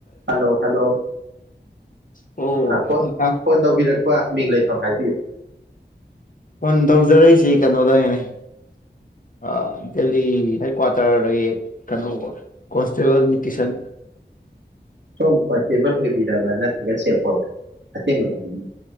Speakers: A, on the right (about 85°); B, on the left (about 50°).
A: hello hello
B: ꯑꯣ
A: ꯑ ꯄꯣꯠ
B: ꯑ
A: ꯐꯣꯟ ꯇꯧꯕꯤꯔꯛ ꯄꯥ ꯃꯤꯡ ꯂꯩꯐꯝ ꯍꯥꯏꯕꯤꯌꯨ
B: ꯐꯣꯟ ꯇꯧꯖꯔꯛꯏꯁꯤ ꯀꯩꯅꯣꯗꯒꯤꯅꯦ ꯑ ꯗꯦꯜꯂꯤ ꯍꯦꯠꯀ꯭ꯋꯥꯇꯔꯗꯒꯤ ꯀꯩꯅꯣ ꯕ ꯀꯣꯟꯁꯇꯦꯕꯜ ꯅꯤꯀꯤꯁꯟ
A: ꯁꯣꯝ ꯀꯣꯟꯁꯇꯦꯕꯜ ꯑꯣꯏꯕꯤꯔꯕ꯭ꯔꯥ ꯅꯠꯇ꯭ꯔꯒ ꯁꯦꯐꯣꯏꯔꯥ ꯑꯁꯦꯡꯕꯗꯣ ꯍꯥꯏꯕꯤꯌꯨ